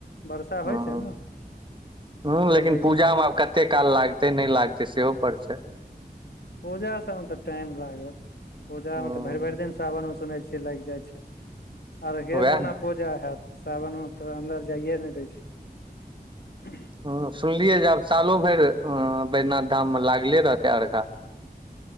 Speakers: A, on the left (about 75°); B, on the right (about 30°).
A: वर्षा
B: हॅं
A: होइ छै ने
B: अहूँ
A: चलैयो
B: लेकिन पूजामे आब कत। ते काल लागतै नै लागतै सेहो पर छै
A: पूजा सब मे त टाइम लागत पूजा
B: ह
A: मे त भरि भरि दिन सावन मे सुनै छियै लागि जाइ छै अर्घे
B: वएह
A: मोनप
B: ने
A: पूजा हाएत सावनमे तऽ अन्दर जाइए नै दै छैय।
B: हूँ सुनलियै जे आब सालो भरि बैद्यनाथ धाम मे लागले रहतै अर्घा।